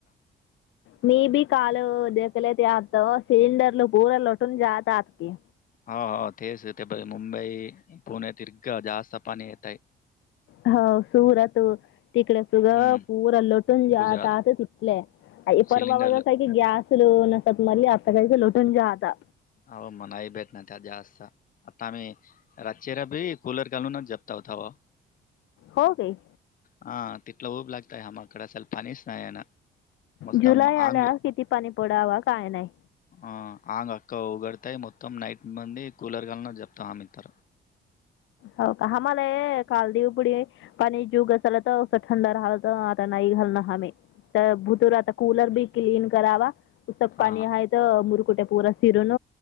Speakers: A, on the left; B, on the left.
A: मी बी काल देत. ते लईत आत सिलिंडरल बूर लोटून जात आत की
B: हाव हाव तेच ते प मुंबई पुणे तिर्घ जास्त पाणी येत आहे.
A: होव सूरत तिकडे तुग
B: हं,
A: पूर आल होत लोटून जात
B: गुजरात.
A: अस चिकले परवा
B: सिलेंडर
A: बा काही ते गॅस लो नसत म आता क लोटून जाता
B: आओ मनाही भेट नाही त्यात जास्त आता आम्ही रातचेरा भी कूलर कालून ना झोपताव तवा
A: हो काय?
B: हा तीतला ऊब लागतय हामाकड सल पाणीस नाहीय ना. मस्तम
A: जुलै
B: अंग
A: आल्या किती पाणी पडावा काय नाही?
B: ह आंग अका उगडताय मुतम नाईट मंदे कूलर घालूनच झोपतय आमी तर
A: होव का हम्हाला ए कालदीव पुुडीए, पाणी जीवग असल तर असं थंड राहिला तर आता नाही घालण हामे - तर भुतू राता कूलर भी क्लीन करावा उत
B: हां,
A: पाणी हाय त त मुरकुटे पूरा सीरन